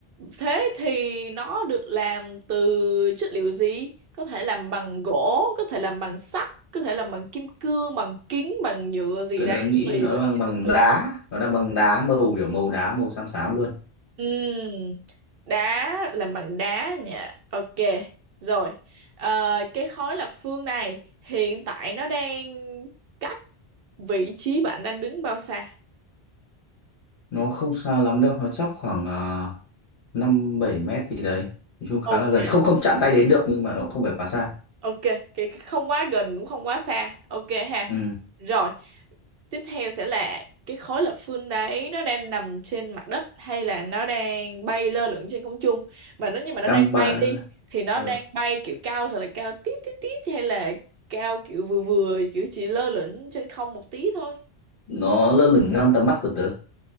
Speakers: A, on the right; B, on the left.
A: Thế thì nó được làm từ chất liệu gì? Có thể làm bằng gỗ, có thể làm bằng sắt, có thể làm bằng kim cương, bằng kính, bằng nhựa gì
B: Tớ
A: đấy,
B: đã nghĩ
A: tùy
B: nó
A: vào
B: bằng
A: trí
B: bằng
A: tưởng tượng
B: đá, nó đang bằng đá màu kiểu màu đá, màu xám xám luôn.
A: Ừm, đá làm bằng đá nha. Ok, rồi. Ờ, cái khối lập phương này hiện tại nó đang cách vị trí bạn đang đứng bao xa?
B: Nó không xa lắm đâu, nó chắc khoảng ờ, 5 7 mét gì đấy. Nói chung khá
A: Ok.
B: là gần, không không chạm tay đến được nhưng mà nó không phải quá xa.
A: Ok, cái, cái không quá gần cũng không quá xa. Ok ha.
B: Ừ,
A: Rồi, tiếp theo sẽ là cái khối lập phương đấy nó đang nằm trên mặt đất hay là nó đang bay lơ lửng trên không trung? Mà nếu như mà nó
B: đang
A: đang
B: ba...
A: bay đi thì nó
B: ờ,
A: đang bay kiểu cao thật là cao tít tít tít hay là cao kiểu vừa vừa kiểu chỉ lơ lửng trên không một tí thôi.
B: nó lơ lửng ngang tầm mắt của tớ